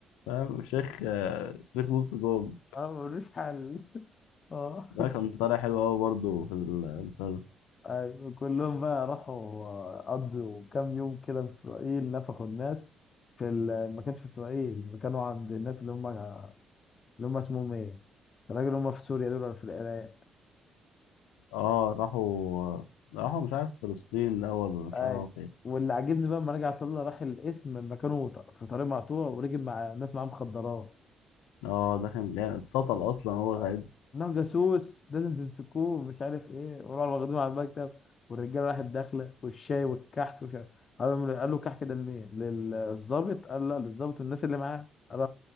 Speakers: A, on the left; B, on the left.
A: فاهم شيخ آه، شيخ نص جوم
B: <laughs> اه ملوش حل <laughs> اه
A: ده كان طالع حلو أوي برضه في المسلسل
B: أيوة، كلهم بقى راحوا قضوا كام يوم كده في اسرائيل نفخوا الناس في ال... ما كانش في اسرائيل ما كانوا عند الناس اللي هم اللي هم اسمهم ايه الراجل اللي هم في سوريا دول ولا في العراق
A: اه راحوا راحوا مش عارف فلسطين الأول ولا مش
B: اي
A: عارف راحوا فين
B: واللي عاجبني بقى لما رجع طلع راح القسم مكانه ط- في طريق مقطوع ورجب مع ناس معاه مخدرات
A: اه ده كان جامد اتسطل أصلا هو
B: اه
A: ساعتها
B: انهم جاسوس لازم تمسكوه مش عارف ايه وراحوا واخدينه على المكتب والرجاله راحت داخله والشاي والكحك ومش عارف قال قال له الكحك ده لمين؟ للظابط قال لا للظابط والناس اللي معاه قال